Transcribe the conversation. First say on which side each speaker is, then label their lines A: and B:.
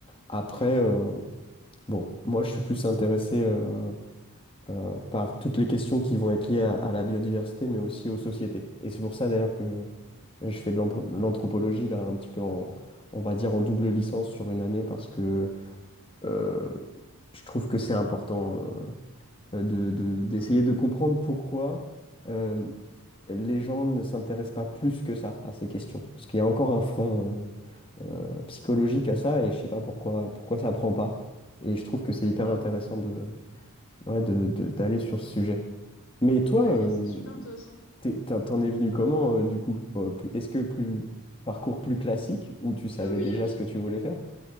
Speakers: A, on the left (about 25°); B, on the left (about 65°).
A: Après,
B: Ok.
A: euh, bon, moi, je suis plus intéressé euh, euh, par toutes les questions qui vont être liées à, à la biodiversité, mais aussi aux sociétés. Et c'est pour ça, d'ailleurs, que je fais de l'anthro- de l'anthropologie, là, un petit peu en, on va dire, en double licence sur une année, parce que euh, je trouve que c'est important euh, de, de- d'essayer
B: Hmm.
A: de comprendre pourquoi. euh, les gens ne s'intéressent pas plus que ça à ces questions. Parce qu'il y a encore un frein euh, euh, psychologique à ça et je sais pas pourquoi, pourquoi ça prend pas. Et je trouve que c'est
B: Ok.
A: hyper intéressant de, ouais, de, de- d'aller sur ce sujet. Mais toi,
B: Ok,
A: euh,
B: c'est super intéressant.
A: t'es- t'en t'en es venu comment euh, du coup? Euh, plus- Est-ce que plus parcours plus classique où tu savais
B: Oui,
A: déjà
B: oui.
A: ce que tu voulais faire?